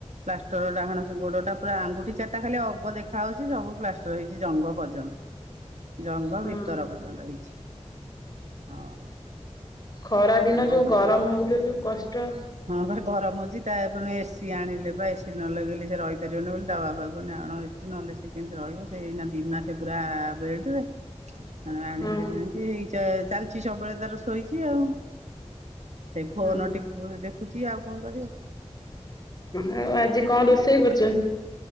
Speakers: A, on the right; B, on the left.
A: ପ୍ଲାଷ୍ଟର ଡାହାଣ ସେ ଗୋଡ ଟା ପା ଆଙ୍ଗୁଠି ଚା ତା ଖାଲି ଅଗ ଦେଖା ହଉଛି ସବୁ ପ୍ଲାଷ୍ଟର ହେଇଛି ଜଙ୍ଘ ପର୍ଯ୍ୟନ୍ତ। ଜଙ୍ଘ
B: ହଁ।
A: ଭିତର ପର୍ଯ୍ୟନ୍ତ ହେଇଛି ହଁ।
B: ଖରା ଦିନ
A: ଆଉ କଣ
B: ଯୋଉ
A: କରିବା
B: ଗରମ
A: ସେ
B: ହଉଥିବ ଯୋଉ କଷ୍ଟ।
A: ହଁ ପା ଗରମ ହଉଛି ତାପରେ ଏସି ଆଣିଲେ ବା ଏସି ନ ଲଗେଇଲେ ସେ ରହିପାରିବନି ବୋଲି ତା ବାବା କହିଲି ଆଣ ଏ ସି ନହେଲେ ସ କେମିତି ରହିବ ସେଏଇନା ଦି ମାସେ ପୁରା ବେଡ଼ରେ। ଆଣିଲେ
B: ହଁ
A: ଯେମିତି ହେଇ ଚାଲିଛି ସବୁବେଳେ ତାର ଶୋଇଛି ଆଉ। ସେଇ ଫୋନ
B: ହଁ।
A: ଟି ଦେଖୁଛି ଆଉ କଣ କରିବ।
B: ହଁ ଆଉ ଆଜି କଣ ରୋଷେଇ କରୁଛ?